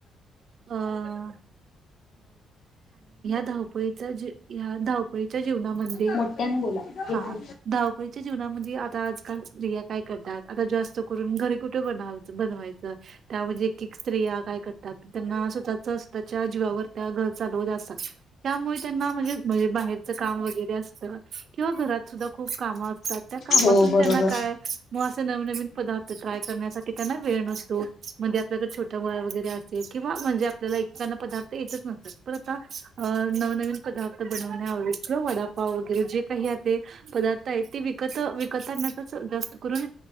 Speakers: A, on the right; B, on the left.
A: आं धावपळीच्या जीवनामध्ये आ.. धावपळीच्या जीवनामध्ये
B: मोठ्याने बोला येतोय.
A: हा, धाव-पळीच्या जिवना म्हणजे - आता आजकाल स्त्रिया काय करतात? आता जास्त करून, घरी कुठे बनवायचं-बनवायचं त्या म्हणजे एक एक स्त्रिया काय करता, त्यांना स्वतःचा असा जीवावर त्या घर चालवत असतात. त्यामुळे त्यांना म्हणजे-म्हणजे बाहेरचं काम वगैरे असत. किंवा घरात सुद्धा खूप कामं असतात. त्या कामातून
B: हो बरोबर.
A: त्यांना काय, म अस नवनवीन पदार्थ ट्राय करण्यासाठी त्यांना वेळ नसतो. म्हणजे आपल्याला छोट बाळ वगैरे असेल, किंवा म्हणजे आपल्याला एकचना पदार् ते येतच नसता. पण आता अं नवनवीन पदार्थ बनवण्यात वडापाव वगरे जे काही आहे ते त ते पदार्थ आहे ते विकत विकतना जास्त करून